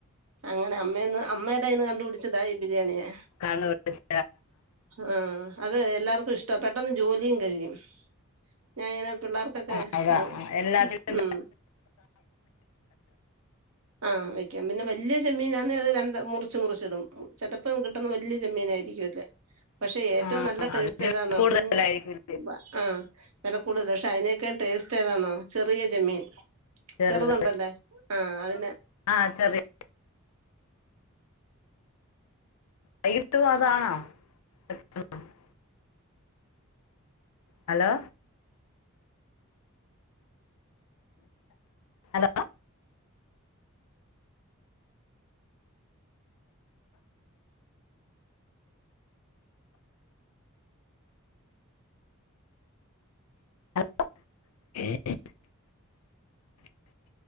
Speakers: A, on the right (about 75°); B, on the left (about 90°).
A: അങ്ങനെ അമ്മേന്ന് അമ്മയുടെ കൈയ്യിന്ന് കണ്ടുപിടിച്ചതായി ബിരിയാണിയാ.
B: കണ്ടുപിടിച്ച്
A: ആഹ് അത് എല്ലാർക്കും ഇഷ്ട്ട പെട്ടെന്ന് ജോലിയും കഴിയും ഞാൻ ഇങ്ങനെ പിള്ളേർക്കൊക്കെ
B: ആഹ് അതാ
A: മോ
B: എല്ലാത്തിനും
A: ഉം. ആ വെയ്ക്കാം പിന്നെ വലിയ ചെമ്മീനാന്നെ അത് ര മുറിച്ച് മുറിച്ച്ടും. ചിലപ്പം കിട്ടുന്ന വലിയ ചെമ്മീനായിരിക്കുംല്ലേ പക്ഷെ ഏറ്റവും
B: ആഹ്
A: നല്ല ടേസ്റ്റ്
B: അതിന്
A: ഏതാന്നോ
B: കൂടുതലായിരിക്കും
A: കുഞ്ഞ് ആ വെല കൂടുതല പക്ഷെ അതിനേക്കാ ടേസ്റ്റ് ഏതാന്നോ ചെറിയചെമ്മീൻ
B: ചെറുത്
A: ചെറുണ്ടല്ലേ ആ അതിനെ
B: ആഹ് ചെറിയ വൈകിട്ടു അതാണോ <unintelligible> ഹലോ ഹലോ ഹലോ